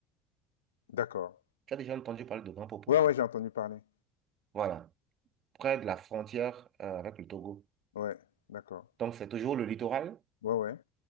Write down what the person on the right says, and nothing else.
Tu as déjà entendu parler de Grand Popo?
Voilà, près de la frontière, euh, avec le Togo.
Donc, c'est toujours le littoral.